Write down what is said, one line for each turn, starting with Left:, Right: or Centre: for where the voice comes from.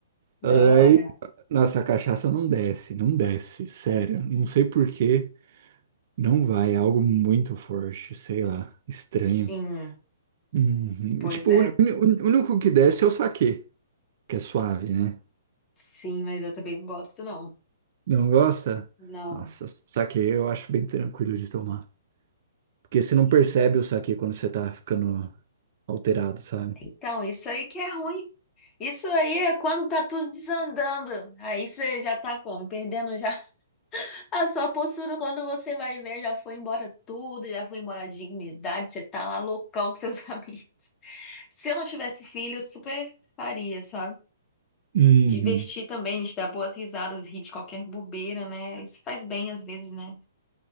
Right: É,
Left: Da hora.
Right: Nossa, a cachaça não desce, não desce, sério. Não sei por que. não vai. É algo muito forte, sei lá, estranho.
Left: Sim,
Right: Uhum.
Left: pois
Right: Tipo,
Left: é.
Right: o uni- uni- o único que desce é o saquê, que é suave, né?
Left: Sim, mas eu também não gosto, não.
Right: Não gosta?
Left: Não.
Right: Nossa, saque eu acho bem tranquilo de tomar. Porque
Left: Sim.
Right: você não percebe o saque quando você tá ficando alterado, sabe?
Left: Então, isso aí que é ruim. Isso aí é quando tá tudo desandando. Aí você já tá como? Perdendo já <laughs> a sua postura. Quando você vai ver, já foi embora tudo, já foi embora a dignidade. Você tá lá loucão com seus <laughs> amigos. Se eu não tivesse filho, eu super faria, sabe?
Right: Uhum,
Left: Se divertir também, a gente dar boas risadas, rir de qualquer bobeira, né? Isso faz bem às vezes, né?